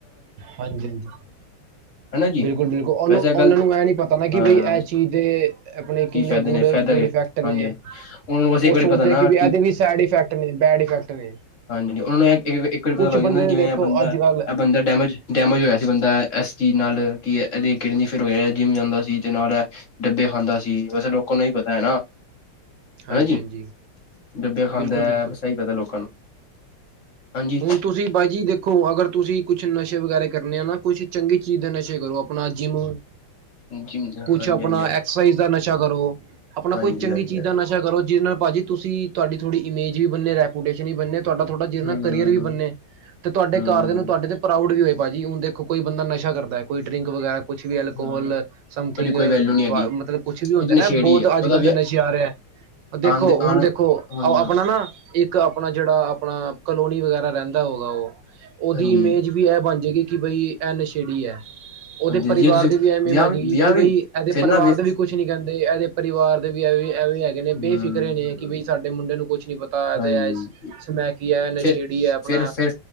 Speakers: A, on the right (about 65°); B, on the left (about 40°).
A: ਹਾਂਜੀ-ਹਾਂਜੀ,
B: ਹਨਾ ਜੀ
A: ਬਿਲਕੁਲ-ਬਿਲਕੁਲ, ਉਹਨੂੰ
B: ਵੈਸੇ
A: ਉਹਨਾਂ
B: ਗੱਲ
A: ਨੂੰ ਇਹ ਨੀ ਪਤਾ ਨਾ ਕਿ
B: ਹਾਂ
A: ਬਈ ਇਹ ਚੀਜ਼ ਦੇ ਆਪਣੇ ਕਿੰਨੇ
B: ਕੀ ਫਾਇਦੇ
A: ਗੁਡ-ਗੁਡ
B: ਨੇ ਫਾਇਦਾ ਏ
A: ਇਫੈਕਟ
B: ਹਾਂਜੀ
A: ਨੇ,
B: ਹਾਂਜੀ ਉਹਨਾਂ ਨੂੰ ਬਸ ਇੱਕ
A: ਉਹ
B: ਵਾਰੀ
A: ਸੋਚਦੇ
B: ਪਤਾ ਨਾ
A: ਕਿ ਇਹਦੇ ਵੀ ਸੈਡ ਇਫੈਕਟ ਨੇ ਬੈਡ ਇਫੈਕਟ ਨੇ
B: ਹਾਂਜੀ ਉਹਨਾਂ ਨੂੰ ਇੱਕ ਵਾਰੀ ਪਤਾ
A: ਕੁਛ
B: ਲੱਗ
A: ਬੰਦੇ
B: ਜਾਂਦਾ
A: ਦੇ
B: ਜਿਵੇਂ
A: ਦੇਖੋ
B: ਇਹ ਬੰਦਾ
A: ਅੱਜ-ਕੱਲ
B: ਇਹ ਬੰਦਾ ਡੈਮੇਜ, ਡੈਮੇਜ ਹੋਇਆ ਸੀ ਬੰਦਾ ਐਸ ਚੀਜ਼ ਨਾਲ ਕਿ ਇਹਦੇ ਕਿਹੜੇ ਫਿਰ ਜਿੰਮ ਜਾਂਦਾ ਸੀ ਤੇ ਨਾਲ ਡੱਬੇ ਖਾਂਦਾ ਸੀ, ਵੈਸੇ ਲੋਕਾਂ ਨੂੰ ਹੀ ਪਤਾ ਹੈ ਨਾ
A: ਹਾਂਜੀ-ਹਾਂਜੀ,
B: ਹਨਾ ਜੀ ਡੱਬੇ ਖਾਂਦਾ
A: ਬਿਲਕੁਲ-ਬਿਲਕੁਲ,
B: ਹੈ ਬਸ ਇਹੀ ਪਤਾ ਲੋਕਾਂ ਨੂੰ ਹਾਂਜੀ
A: ਹੁਣ ਤੁਸੀਂ ਬਾਈ ਜੀ ਦੇਖੋ ਅਗਰ ਤੁਸੀਂ ਕੁਛ ਨਸ਼ੇ ਵਗੈਰਾ ਕਰਨਾ ਆਪ ਨਾ ਕੁਛ ਚੰਗੀ ਚੀਜ਼ ਦੇ ਨਸ਼ੇ ਕਰੋ ਆਪਣਾ ਜਿੰਮ
B: ਜਿਮ ਹਾਂਜੀ
A: ਕੁਛ ਆਪਣਾ
B: ਹਾਂਜੀ
A: ਐਕਸਰਸਾਈਜ਼ ਦਾ ਨਸ਼ਾ ਕਰੋ ਆਪਣਾ
B: ਹਾਂਜੀ
A: ਕੁਈ ਚੰਗੀ
B: ਹਾਂਜੀ ਹਾਂਜੀ
A: ਚੀਜ਼ ਦਾ ਨਸ਼ਾ ਕਰੋ ਜਿਹਦੇ ਨਾਲ ਭਾਜੀ ਤੁਸੀਂ ਤੁਹਾਡੀ ਹਾ੍ਹ ਇਮੇਜ ਵੀ ਬਨੇ, ਰੈਪੂਟੇਸ਼ਨ ਵੀ ਬਨੇ ਤੁਹਾਡਾ ਥੋਡਾ ਜਿ ਨਾਲ
B: ਹੂੰ
A: ਕਰੀਅਰ ਵੀ ਬੰਨੇ, ਤੇ ਤੁਹਾਡੇ
B: ਹੂੰ
A: ਘਰ ਦੇ ਨੂੰ ਤੁਹਾਡੇ ਤੇ ਪ੍ਰਾਊਡ ਵੀ ਹੋਏ। ਭਾਜੀ ਹੁ ਦੇਖੋ ਕੋਈ ਬੰਦਾ ਨਸ਼ਾ ਕਰਦਾ ਹੈ ਕੋਈ ਡਰਿੰਕ ਵਗੈਰਾ ਕੁਛ ਵੀ ਅਲਕੋਹਲ
B: ਹੂੰ
A: ਸਮਥਿੰਗ
B: ਉਹਦੀ ਕੋਈ ਵੈਲੂ ਨਹੀਂ ਹੈਗੀ
A: ਮਤਲਬ ਕੁਛ ਵੀ ਹੁੰਦੇ
B: ਉਹ ਤੇ
A: ਨਾ
B: ਨਸ਼ੇੜੀ
A: ਬਹੁਤ
B: ਹੈ
A: ਅੱਜ-ਕੱਲ
B: ਉਹਦਾ ਵਿਆਹ
A: ਦੇ ਨਸ਼ੇ ਆ ਰਹੇ ਹੈ। ਦੇਖੋ
B: ਆਣ ਦੇ ਆਣ
A: ਹੁਣ ਦੇਖੋ,
B: ਹਾਂਜੀ
A: ਆਪਣਾ ਨਾ ਇੱਕ ਆਪਣਾ ਜਿਹੜਾ ਆਪਣਾ ਕਲੋਨੀ ਵਗੈਰਾ ਰਹਿੰਦਾ ਹੋਊਗਾ ਉਹ ਉਹਦੀ
B: ਹਾਂਜੀ
A: ਇਮੇਜ ਵੀ ਇਹ ਬਣ ਜਾਏਗੀ। ਕਿ ਬਈ ਐਨ ਨਸ਼ੇੜੀ ਹੈ। ਉਹਦੇ
B: ਹਾਂਜੀ
A: ਪਰਿਵਾਰ
B: ਜੇ ਤੁਸੀਂ
A: ਦੀ ਵੀ ਐਵੇਂ
B: ਵਿਆਹ
A: ਬਣ ਗਈ
B: ਵਿਆਹ
A: ਕਿ
B: ਵੀ
A: ਬਈ ਇਹਦੇ
B: ਫਿਰ
A: ਪਰਿਵਾਰ
B: ਨਾ ਵੇ
A: ਦੇ ਵੀ ਕੁਛ ਨੀ ਕਹਿੰਦੇ ਇਹਦੇ ਪਰਿਵਾਰ ਦੇ ਵੀ ਐ ਵੀ ਐਵੇਂ ਨੇ
B: ਹੂੰ
A: ਬੇਫਿਕਰੇ ਨੇ ਕਿ ਬਈ ਸਾਡੇ ਮੁੰਡੇ ਨੂੰ ਕੁਛ ਨੀ ਪਤਾ ਇਹਦੇ
B: ਹਾਂਜੀ
A: ਸਮੈਕੀ ਹੈ, ਨਸ਼ੇੜੀ
B: ਫਿਰ
A: ਹੈ ਆਪਣਾ
B: ਫਿਰ ਫਿਰ